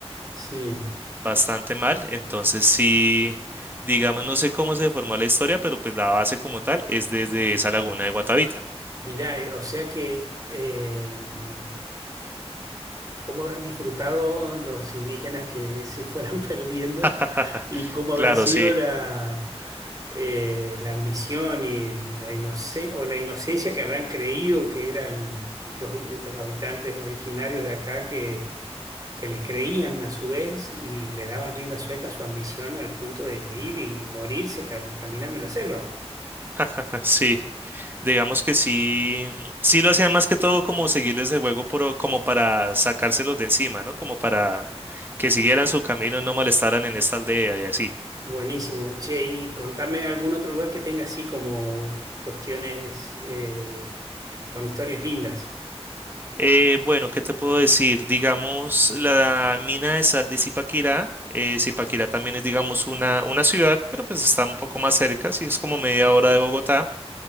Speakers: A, on the right; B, on the right.
A: Sí,
B: bastante mal. Entonces sí, digamos, no sé cómo se formó la historia, pero pues la base como tal es desde esa laguna de Guatavita.
A: mirá, eh, o sea que em, cómo habrán disfrutado los indígenas que se fueran <laughs> perdiendo
B: <laughs>
A: y cómo habrá
B: Claro,
A: sido
B: sí.
A: la, eh, la ambición y la inocencia o la inocencia que habrán creído que eran los, eh, los habitantes originarios de acá que, que les creían a su vez y le daban rienda suelta a su ambición al punto de ir y morirse cam- caminando en la selva.
B: <laughs> Sí. Digamos que sí, sí lo hacían más que todo como seguirles el juego por- como para sacárselos de encima, ¿no? Como para que siguieran su camino y no molestaran en esta aldea y así.
A: Buenísimo. Che, y contame algún otro lugar que tenga así como cuestiones eh, con historias lindas.
B: Eh, bueno, ¿qué te puedo decir? Digamos, la mina de sal de Zipaquirá, eh, Zipaquirá también es, digamos, una, una ciudad, pero pues está un poco más cerca, sí, es como media hora de Bogotá.